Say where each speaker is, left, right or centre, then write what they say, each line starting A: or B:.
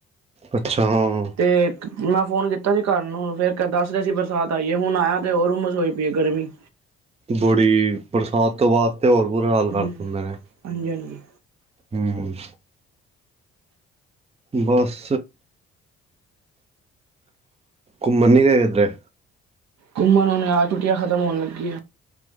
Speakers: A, on the right; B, on the right.
A: ਅੱਛਾ ਹਾਂ
B: ਤੇ ਈਕ ਮੈਂ ਫੋਨ ਕੀਤਾ ਸੀ ਘਰ ਨੂੰ ਫਿਰ, ਕ ਦੱਸ ਰਾਹੇ ਸੀ ਬਰਸਾਤ ਆਈਏ, ਹੁਣ ਆਇਆ ਤੇ ਹੋਰ ਰੂਮਸ ਹੋਈ ਪਈ ਹੈ ਗਰਮੀ
A: ਬੁੜੀ। ਬਰਸਾਤ ਤੋਂ ਬਾਅਦ ਤੇ। ਹੋਰ ਬੁਰਾ ਹਾਲ ਕਰ
B: ਹੂੰ,
A: ਦਿੱਤੇ ਨੇ।
B: ਹਾਂਜੀ ਹਾਂਜੀ।
A: ਹਮ। ਬਸ। ਘੁੰਮਣ ਨੀ ਗੇ ਇੱਧਰ।
B: ਘੁੰਮਨ ਹੂਣੇਂ ਆ। ਛੁੱਟੀਆਂ ਖਤਮ ਹੋਣ ਲੱਗੀਆਂ